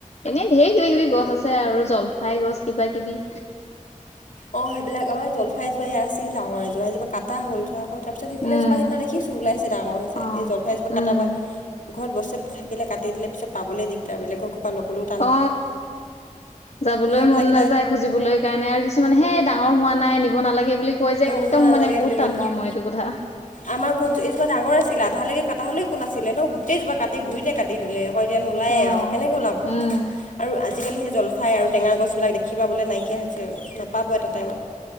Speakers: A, on the left; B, on the left.
A: এনেই ঢেৰ কিবি কিবি গছ আছে। আৰু জলফাই গছ কিবা কিবি।
B: অ সেইবিলাক আমাৰ জলফাই এজোপা ইয়াত আছিল ডাঙৰ এজোপা সেইজোপা কাটা হ'ল। হয় তাৰপিছত সিইফালে
A: উম।
B: এজোপা সিদিনা দেখিছো ওলাইছে ডাঙৰ হৈছে,
A: অ,
B: এই জলফাই এজোপা কাটাৰ
A: উম,
B: পৰা ঘৰত বস্তু এটা থাকে কাটি দিলে পিছত পাবলৈ দিগদাৰ। বেলেগৰ কৰা ল'বও
A: অ যাবলৈ
B: সেইবিলাক
A: মন
B: এতিয়া
A: নাযায় খুজিবলৈ কাৰণে আৰু কি কি মানে সেই ডাঙৰ হোৱা নাই নিব নালাগে বুলি কয় যে
B: আনিব
A: একদম
B: নালাগে
A: মানে বহুত
B: বুলি কৈ
A: টান
B: দিয়ে।
A: পাওঁ মই এইটো কথা।
B: আমাৰ ঘৰত এজোপা ডাঙৰ আছিল, আধালৈকে কাটা হ'লেও একো নাছিলে ন গোটেইোপ কাটি, গুৰিতে কাট দিলে। আকৌ এতিয়া নোলায়ে
A: অ',
B: আৰু, কেনেকৈ ওলাব।
A: উম।
B: আৰু আজিকালি সেই জলফাই আৰু টেঙা গছবিলাক দেখি পাবলৈ নাইকিয়া হৈছে আৰু, নাপাব এটা টাইমত।